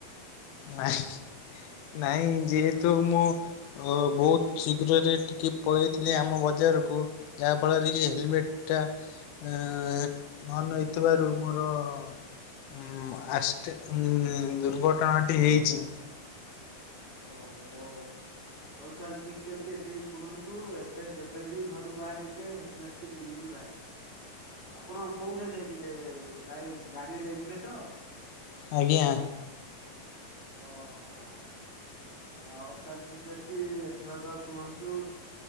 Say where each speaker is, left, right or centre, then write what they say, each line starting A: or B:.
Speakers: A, on the left (about 85°); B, on the left (about 30°).
A: ନାଇଁ ହିଁ ନାଇଁ
B: ତ
A: ଯେହେତୁ ମୁଁ ଓ ବହୁତ ଶୀଘ୍ରରେ ଟିକେ ପଳେଇଥିଲି ଆମ ବଜାରକୁ ଯାହା ଫଳରେ ଇଏ ହେଲମେଟ ଟା ଏ ନ ନେଇୋଇଥିବାରୁ ମୋର ହୁଁ ଆସ ଟି ଉ ଦୁର୍ଘଟଣାଟି ହେଇଛି।
B: ଓହୋ ହଉ ତାହେଲେ ଠିକ୍ ଅଛି ଏତିିକି ଶୁଣନ୍ତୁ ଏବେ ଯେବେ ବିି ଘରୁ ବାହାରିବେ ହେଲମେଟଟି ପିନ୍ଧିକି ବାହାରିବେ। ଆପଣ କୋଉଁଠା ଯାଇଥିଲେ ଭାଇ ଗାଡ଼ିରେ ଯାଇଥିଲେ ତ?
A: ଆଜ୍ଞା
B: ଓହୋ ହ ହଉ ତାହେଲେ ଠିକ୍ ଅଛି ଏଥରକ ଆ ଶୁଣନ୍ତୁ